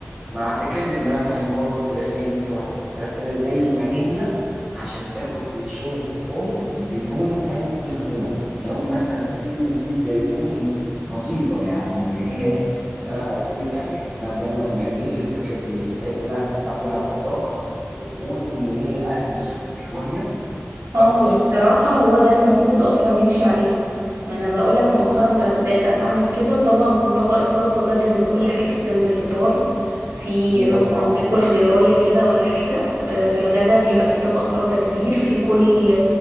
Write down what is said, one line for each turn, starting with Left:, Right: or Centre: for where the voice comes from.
Centre: مع فكرة إن أنا بحب برضو الفراخ إيه ممكن أحط الفراخ كده زي ما هي عشان تاخد تتشوي في الفرن بدون أي دهون لو مثلا سنة زيت زيتون بسيطة يعني اللي هي إيه إن أنا قلت لك يعني أنا دايما بميل لفكرة إن الحاجات اللي أنا أحب أعملها في الطبخ تكون إيه أكل صحي شوية
Right: اه
Centre: أكتر
Right: بصراحة هو ده المفروض اصلا نمشي عليه ما انا بقول لك مؤخرا بد- بدأت اعمل كده وطبعا طبق السلطة ده جنب كل حاجة جنب الفطار في
Centre: الله
Right: مثلا باكل خيارية كده ولا حاجة آه، في الغدا بيبقى في طبق سلطة كبير في كل